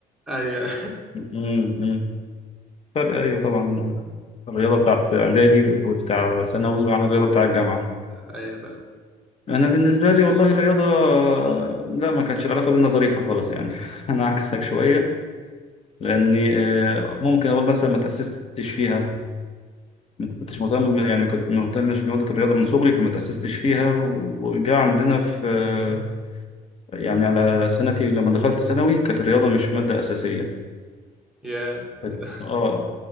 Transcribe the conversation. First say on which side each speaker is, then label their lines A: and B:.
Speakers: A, in the centre; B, on the left.
A: <laughs> أيوة
B: مم، مم. فرق أيوه طبعا الرياضة بتاعت إعدادي وبتاع ثانوي عن الرياضة بتاع الجامعة
A: <laughs> أيوة فعلا
B: أنا بالنسبة لي والله الرياضة لا ما كانتش العلاقة بينا ظريفة خالص يعني <laughs> أنا عكسك شوية لأني آه، ممكن أقول مثلا ما تأسستش فيها ما كنتش مهتم يعني كنت ما مهتمش بمادة الرياضة من صغري فما تأسستش فيها وجا عندنا في آه، يعني على سنتي لما دخلت ثانوي كانت الرياضة مش مادة أساسية
A: يا
B: كانت-
A: <laughs>
B: اه